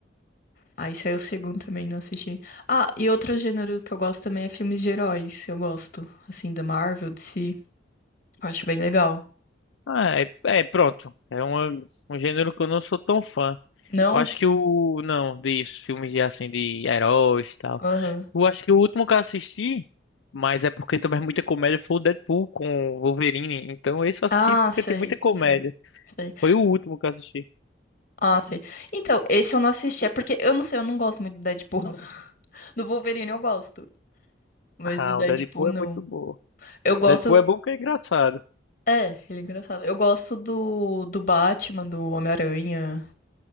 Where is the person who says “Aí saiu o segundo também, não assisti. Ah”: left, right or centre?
Left